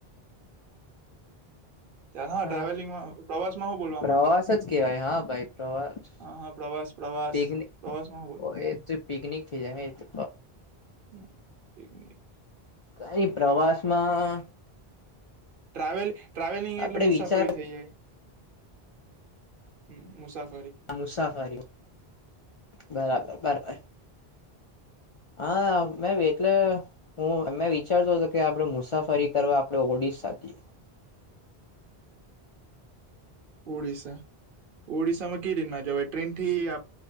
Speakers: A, on the right (about 60°); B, on the left (about 50°).
A: ચાલ હા
B: હ
A: ટ્રાવેલિંગમાં પ્રવાસમાં શું બોલવા
B: પ્રવાસ
A: માંગે
B: જ કેવાય હા ભાઈ પ્રવાસ.
A: હા હા પ્રવાસ પ્રવાસ
B: પિકનીક
A: પ્રવાસમાં શું બોલવા
B: એ તો. પિકનિક થઈ જાય હાય.
A: હમ, પિકનિક.
B: કાઈ પ્રવાસ માં.
A: ટ્રાવેલ ટ્રાવેલિંગ
B: આપડે
A: એટલે મુસાફરી
B: વિચાર
A: થઈ જાય. હમ મુસાફ
B: મુસાફરી બરાબર બરાબર. હા મેં વેટલે. હું અમે વિચારતો હતો કે આપડે મુસાફરી કરવા આપડે ઓડિસ્સા જઈએ.
A: ઓડિસ્સા. ઓડિશામાં કે રીત ના જવાય? ટ્રેન થી આપ